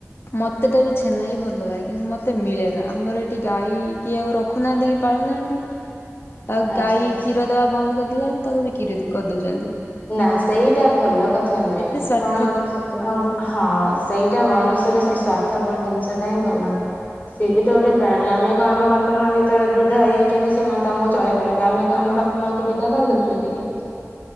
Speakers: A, on the left; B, on the left.
A: ହଁ ମତେ ଟା ବି ଛେନ ହି ଭଲ ଗାଇ କିନ୍ତୁ ମତେ ମିଳେନା ଆମର ଏଠି ଗାଈ କିଏ ଆଉ ରଖୁନାହାଁନ୍ତିକି। ପାଳୁନାହାଁନ୍ତି ଆଉ
B: ଆଚ୍ଛା
A: ଗାଈ
B: ଆଚ୍ଛା।
A: କ୍ଷୀର ଦବା ବନ୍ଦ୍ କରିଦେଲାଳୁ ତାକୁ ବିକିରେଦ୍ କରିଦଉଚନ୍ତି।
B: ନାଁ ସେଇଟା ଭଲ କଥା ନୁହେଁ
A: ଏତେ ସ୍ୱାର୍ଥପର
B: କଣ
A: ଲୋକ ଗୁରା
B: ଆଉ ଆହା ହଁ ସେଇଟା ମଣୁଷ୍ୟର ସେଇ ସ୍ୱାର୍ଥ ବଳ ଜିନିଷଟା ହିଁ ଭଲ ନୁହେଁ। ସିଏ ବି ତ ଗୋଟେ ପ୍ରାଣୀ ଆମେ କଣ ଆମ ବାପ ମା ଯେତେଅଳେ ବୃଦ୍ଧ ହେଇଆଉଛନ୍ତି ସେମାନେ ତ ଆମକୁ ଚଳେଇ ପାରନ୍ତି ଆମେ କଣ ଆମ ବାପ୍ ମାଆଁଙ୍କୁ ବିଦା କରି ଦଉଚନ୍ତି କି?